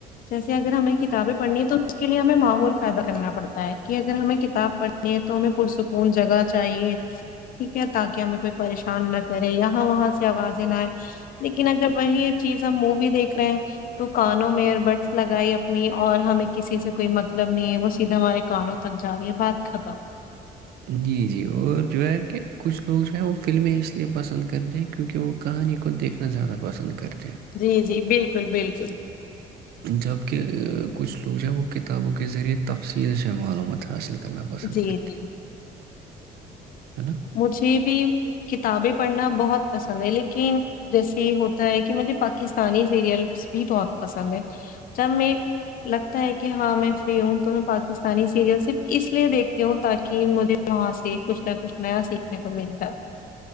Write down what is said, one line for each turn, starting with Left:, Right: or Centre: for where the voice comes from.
Left: جیسے اگر ہمیں ک کتابیں پڑنی ہے تو اس کےے ہمیں ماحول پیدا کرنا پڑتا ہے کہ اگر ہمیں کتاب پڑھنی ہے تو ہمیں پرسکون جگہ چاہیے ٹھیک ہے تاکہ ہمیں کوئی پریشان نہ کرے یہاں وہاں سے آوازیں نہ آئے لیکن اگر وہی یہ چیز ہم مووی دیکھ تو کانوں میں اور بڈس لگائی اپنی اور ہمیں کسی سے کوئی مطلب نہیں ہے وہ سیدھا ہمارے کانوں تک جا رہی ہے بات ختم
Right: جی جی اور جو ہے کہ کچھ لوگ جو ہے وہ فلمیں اس لیے پسند کرتے ہیں کیونکہ وہ کہانی کو دیکھنا زیادہ پسند کرتے ہیں
Left: جی جی بالکل بالکل
Right: جبکہ کچھ لوگ جو ہے وہ کتابوں کے ذریعے تفصیل ش معلومات حاصل کرتے ہیں کرنا پسند
Left: جی
Right: کرتے
Left: جی
Right: ہیں ہے نا
Left: مجھے بھی کتابیں پڑھنا بہت پسند ہے لیکن جیسے یہ ہوتا ہے کہ مجھے پاکستانی سیریلس بھی بہت پسند ہے جب میں لگتا ہے کہ ہاں میں فری ہوں تو میں پاکستانی سیریل صرف اس لیے دیکھتی ہوں تاکہ مجھے وہاں سے کچھ نہ کچھ نیا سیکھنے کو ملتا ہے